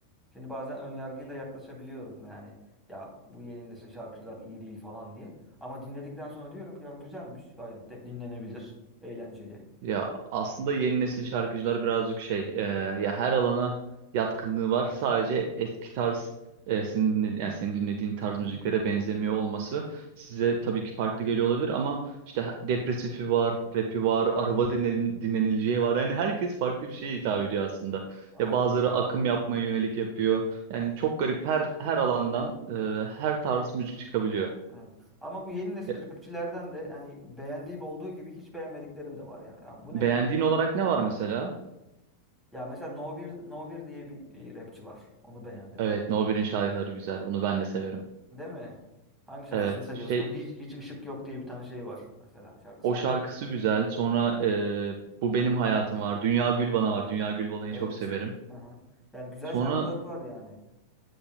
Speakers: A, in the centre; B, on the right.
A: Şimdi bazen ön yargıyla yaklaşabiliyorum yani ya bu yeni nesil şarkıcılar iyi değil falan diye. Ama dinledikten sonra diyorum ki ya güzelmiş gayet de dinlenebilir, eğlenceli.
B: Ya aslında yeni nesil şarkıcılar birazcık şey e, ya her alana yatkınlığı var. Sadece eski tarz e, senin dinle, yani senin dinlediğin tarz
A: Hı
B: müziklere
A: hı.
B: benzemiyor olması size tabii ki farklı geliyor olabilir ama işte depresifi var, rapi var, araba dinlen, dinlenileceği var. Yani herkes farklı bir şeye hitap ediyor aslında.
A: Aynen
B: Ya bazıları akım
A: ya.
B: yapmaya yönelik yapıyor. Yani çok garip her her alandan e, her tarz müzik çıkabiliyor.
A: Evet. Ama bu yeni nesil
B: Ya,
A: rapçilerden de yani beğendiğim olduğu gibi hiç beğenmediklerim de var yani. Ya bu
B: beğendiğin
A: ne ya?
B: olarak ne var mesela?
A: Ya mesela No 1 No 1 diye bir e, rapçi var. Onu beğendim.
B: Evet, No 1'in şarkıları güzel. Onu ben de severim.
A: Değil mi? Hangi şarkısını
B: Evet,
A: seviyorsun?
B: şey
A: Hiç hiç ışık yok diye bir tane şey var mesela şarkısı.
B: o şarkısı güzel. Sonra e, Bu Benim Hayatım var. Dünya Gül Bana var. Dünya Gül Bana'yı
A: Evet.
B: çok severim.
A: Hı hı. Yani güzel
B: Sonra
A: şarkıları var yani.